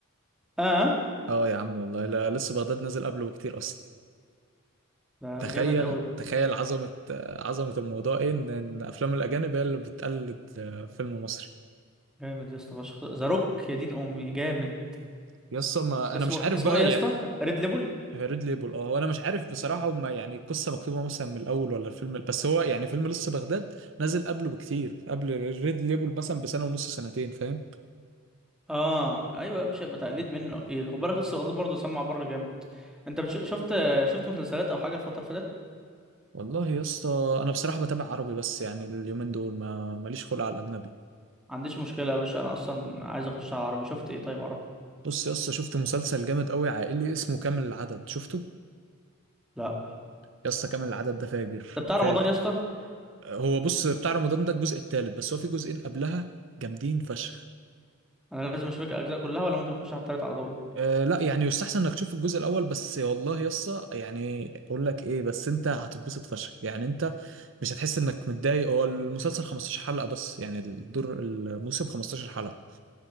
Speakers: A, in the centre; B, on the right.
A: اه
B: اه يا عم والله لا لسه بغداد نازل قبله بكتير اصلا
A: ده
B: تخيل
A: جامد قوي ده يا
B: تخيل
A: اسطى.
B: عظمة آه، عظمة الموضوع ايه ان إن افلام الاجانب هي اللي بتقلد آه، فيلم مصري
A: جامد يا اسطى فشخ ذا روك يا دين امي جامد
B: يس ما
A: اسمه
B: انا مش عارف
A: اسمه
B: بقى
A: ايه يا اسطى
B: يعني
A: ريد ليبل
B: ريد ليبل اه وانا مش عارف بصراحة
A: جامد
B: هما يعني القصة مكتوبة مثلا من الاول ولا الفيلم بس هو يعني فيلم لسه بغداد نازل قبله بكتير قبل ريد ليبل مثلا بسنة ونص سنتين فاهم
A: اه ايوه يا باشا يبقى تقليد منه اكيد خد بالك لسه الواد برضه سمع بره جامد انت بتش... شفت شفت مسلسلات او حاجه الفتره اللي فاتت
B: والله يا اسطى انا بصراحة بتابع عربي بس يعني اليومين دول ما ماليش خلق على الاجنبي
A: ما عنديش مشكله يا باشا انا اصلا عايز اخش على عربي شفت ايه طيب عربي
B: بص يا اسطى شفت مسلسل جامد قوي عائلي اسمه كامل العدد شفته
A: لا
B: يسطا كامل العدد ده فاجر
A: طب بتاع
B: فاجر
A: رمضان يا اسطى
B: هو بص بتاع رمضان ده الجزء الثالث بس هو في جزئين قبلها جامدين فشخ
A: انا لازم اشوف الاجزاء كلها ولا ممكن اخش على التالت على طول
B: أه لا يعني يستحسن انك تشوف الجزء الاول بس والله يسطا يعني اقول لك ايه بس انت هتتبسط فشخ يعني انت مش هتحس انك متضايق هو المسلسل 15 حلقة بس يعني الدور الموسم 15 حلقة